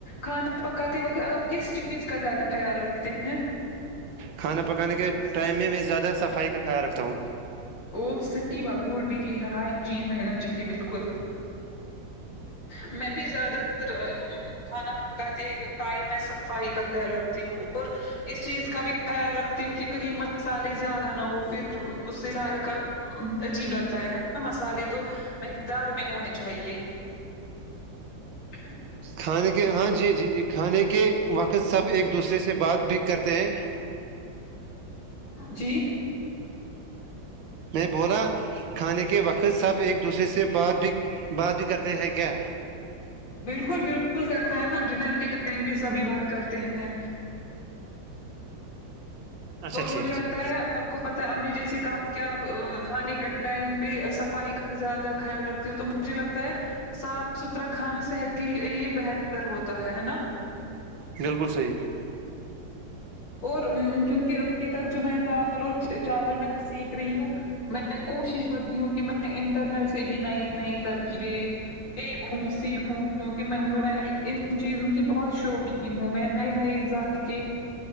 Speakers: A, on the left (about 75°); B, on the right (about 85°).
A: کھانا پکاتے وقت آپ کس چیز کا زیادہ خیال رکھتے ہیں
B: کھانا پکانے کے ٹائم میں میں زیادہ صفائی کا خیال رکھتا ہوں
A: وہ صحی وا گڑ بھی ہائجین رہنا چاہیے بالکل میں بھی زیادہ تر کھانا پکاتے ٹائم میں صفائی کا خیال رکھتی ہوں اور اس چیز کا بھی خیال رکھتی ہوں کہ کہیں مسالے زیادہ نہ ہو پھر اس سے چائے کا عجیب لگتا ہے نا مسالے تو مقدار میں ہونے چاہیے ہ
B: کھانے کے ہاں جی جی جی کھانے کے وقت سب ایک دوسرے سے بات بھی کرتے ہیں
A: جی
B: میں بولا کھانے کے وقت سب ایک دوسرے سے بات بھی بات بھی کرتے ہیں کیا
A: بالکل بالکل کرتے ہیں نا ڈنر کے ٹائم پہ سبھی بات کرتے ہیں
B: اچھا
A: اور
B: ٹھیک
A: مجھے لگتا
B: ٹھیک
A: ہے آپ کو پتہ آپ نے جیسے کہا کیا آپ کھانے کا ٹائم پہ صفائی زیادہ خیال رکھتی ہوں تو مجھے لگتا ہے صاف ستھرا کھانا صحت کے لیے بہتر ہوتا ہے ہے نا
B: بالکل صحیح
A: اور کیونکہ ابھی تک جو میں دال اور چاول میں سیکھ رہی ہوں میں کوشش کرتی ہوں کہ میں انٹرنیٹ سے بھی نئی نئی ترکیبیں دیکھوں سیکھوں کیونکہ میں میں ان چیزوں کی بہت شوقی ہوں میں نئی نئے ا کے